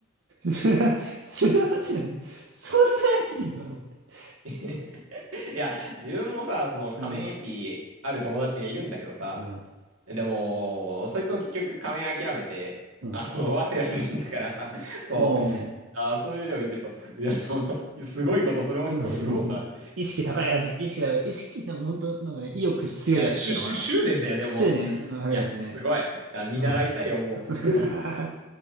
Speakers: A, on the right; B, on the right.
A: すな、すなわち、そんなやついんのと思って。
B: ぁ <laughs> いや、自分もさ、その仮面エピある友達がいるんだけどさ、
A: うん、うん、
B: でも、そいつも結局仮面諦めて、
A: うん。
B: あの、早稲田にいるんだからさ、そう、
A: おー、
B: あそういう例を見てると、いや、そうすごいことする人もいるもんだ、
A: うんうん意識高いやつ、
B: ね
A: 意識高い、意識、なんか本当なんかね、意欲強いやつっていうのかな。
B: いや、しゅ、しゅ、執念だよね、もう。
A: 執念あるやつね。
B: いや、すごい。いや、見習いたいよ、
A: うん
B: もう。
A: <laughs>